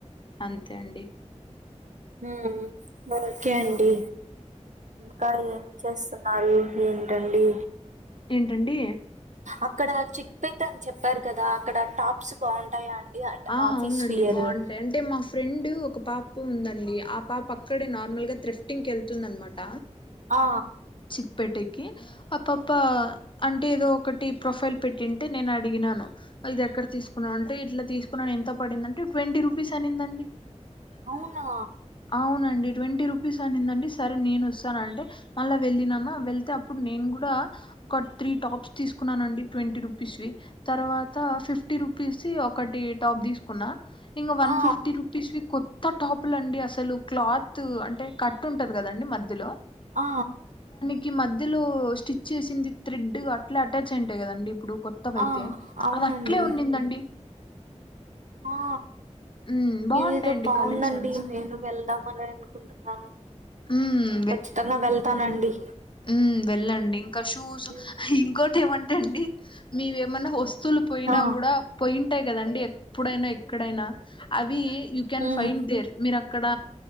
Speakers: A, on the left; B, on the right.
A: అంతే అండి
B: ఉ ఓకే అండి ఇంకా ఏం చేస్తున్నారు ఏంటండి
A: అండి
B: అక్కడ చిక్పోయిట్ అని చెప్పారు కదా ఇక్కడ టాప్స్ బాగుంటాయా అండి అం
A: ఆ
B: ఆఫీస్
A: అవునండి
B: ఫియరు
A: బాగుంటాయి అంటే మా ఫ్రెండ్ ఒక పాపు ఉందండి ఆ పాప అక్కడే నార్మల్ గా త్రిఫ్టింగ్ వెళ్తుంది అనమాట
B: ఆ
A: చిక్పేటకి ఆ పాప్ప అన్ టే ఏదో ఒకటి ప్రొఫైల్ పెట్టింటే నేను అడిగినాను ఇది ఎక్కడ తీసుకున్నా అంటే ఇట్లా తీసుకున్నాని ఎంతో పడిందంటే ట్వంటీ రూపీస్ అనిందండి
B: అవునా
A: అవునండి ట్వంటీ రుపీస్ అనిందండి సరే నేను వస్తాన అంటే మళ్ళా వెళ్ళినమా వెళ్తే అప్పుడు నేను కూడా ఒక త్రీ టాప్స్ తీసుకున్నానండి ట్వంటీ రూపీస్ తర్వాత ఫిఫ్టీ రూ రుపీస్ ది ఒకటి టాప్ తీసుకున్న ఇంగ వన్
B: ఆ
A: ఫిఫ్టీ రూపీస్ కొత్త టాపులు అండి అస అసలు క్లాత్ అంటే కట్ ఉంటది కదండి మధ్యలో
B: ఆ
A: కి మధ్యలో స్టిచ్ చేసింది త్రెడ్ అట్లే అటాచ్ అయింటాయి కదండి ఇప్పుడు కొత్తవయితే
B: ఆ అవునండి
A: అవి అట్లే ఉన్నిందండి
B: ఆ
A: హ్మ్. బావుంటాయండి
B: ఇదేదో బావుదండి
A: కలెక్షన్స్.
B: నేను వెళ్దామని అని అనుకుంటున్నాను
A: హ్మ్.
B: ఖచ్చితంగా వెళ్తానండి
A: ఉ వెళ్ళండి ఇంకా షూస్
B: హ్మ్.
A: ఇంకోటి ఏమంటే అండి మీవేమన్నా వస్ స్తులు పోయినా
B: ఆ
A: కూడా పోయింటాయి కదండి ఎప్పుడైనా ఎక్కడైనా అవి you can
B: hmm
A: find there మీరా అక్కడ